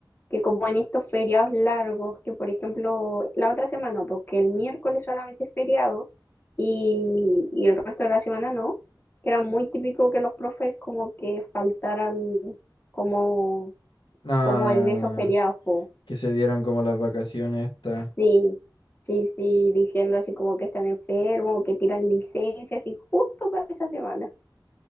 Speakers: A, on the left (about 25°); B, on the left (about 80°).
A: que como en estos feriados largos, que por ejemplo la otra semana, porque el miércoles solamente es feriado y, y el resto de la semana no, que era muy típico que los profes como que faltaran como,
B: Ah.
A: como en esos feriados, po.
B: que se dieran como las vacaciones estas.
A: Sí, sí, sí, diciendo así como que están enfermos, que tiran licencias y justo para esa semana.